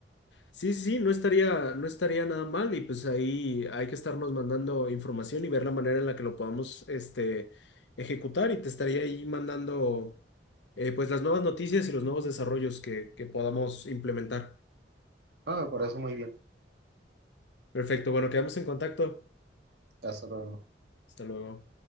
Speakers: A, on the left; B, on the right.
A: Sí, sí, sí, no estaría, no estaría nada mal y pues ahí hay que estarnos mandando información y ver la manera en la que lo podamos este, ejecutar y te estaría ahí mandando eh, pues las nuevas noticias y los nuevos desarrollos que, que podamos implementar.
B: Ah, me parece muy bien.
A: Perfecto, bueno, quedamos en contacto.
B: Hasta luego.
A: Hasta luego.